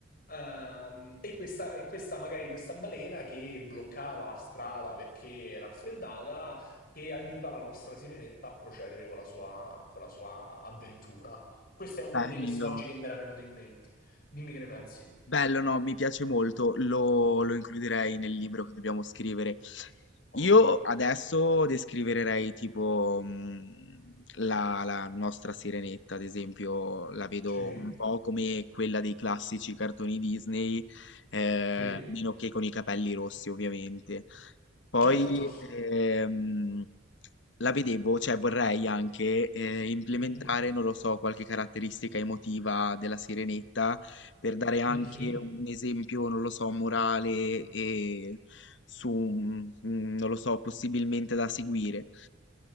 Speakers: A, on the left; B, on the left.
A: Ehm, e questa, e questa, magari questa balena che bloccava la strada perché raffreddata, che aiuta la nostra sirenetta a procedere con la sua, con la sua avventura. Questo è uno
B: bello.
A: dei personaggi che mi era venuto in mente. Dimmi che ne pensi.
B: Bello, no, mi piace molto, lo, lo includerei nel libro che dobbiamo scrivere.
A: Ottimo.
B: Io adesso descriverei tipo mh, la, la nostra Sirenetta, ad esempio, la vedo
A: Sì,
B: un po' come quella dei classici cartoni Disney, eh,
A: sì.
B: meno che con i capelli rossi, ovviamente. Poi
A: Certo.
B: ehm, la vedevo, cioè vorrei anche eh, implementare,
A: Mhm.
B: non lo so, qualche caratteristica emotiva della Sirenetta per dare anche
A: Mhm.
B: un esempio, non lo so, morale e su, un- un- non lo so, possibilmente da seguire.